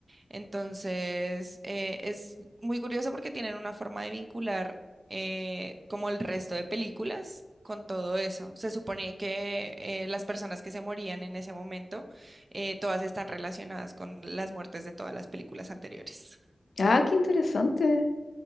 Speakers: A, on the right; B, on the left.
A: Entonces, eh, es muy curioso porque tienen una forma de vincular eh, como el resto de películas con todo eso. Se supone que eh, las personas que se morían en ese momento, eh, todas están relacionadas con las muertes de todas las películas anteriores.
B: Ah, qué interesante.